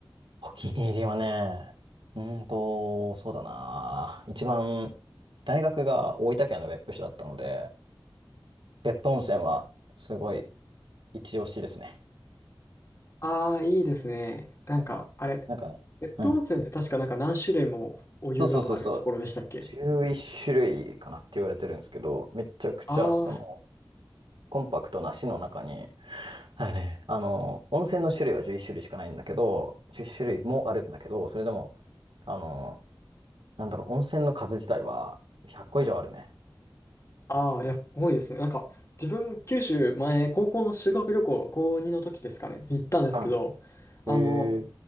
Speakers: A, on the right; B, on the left.
A: お気に入りはね、うーんと、そうだな。一番、大学が大分県の別府市だったので、別府温泉はすごい一押しですね。
B: ああー、いいですね。なんかあれ、
A: うんなんかね、
B: 別府温泉って確かなんか何種類もお湯があるところでしたっけ
A: うん。そうそうそうそう。11種類かなって言われてるんですけど、めちゃくちゃ、
B: ああ
A: その、コンパクトな市の中に、はいね、あの、温泉の種類は11種類しかないんだけど、10種類もあるんだけど、それでも、あの、なんだろう、温泉の数自体は100個以上あるね。
B: ああ、いや、多いですね。なんか、自分、九州前、高校の修学旅行、高2の時ですかね、行ったんですけど、
A: うん。
B: あの、
A: へえ、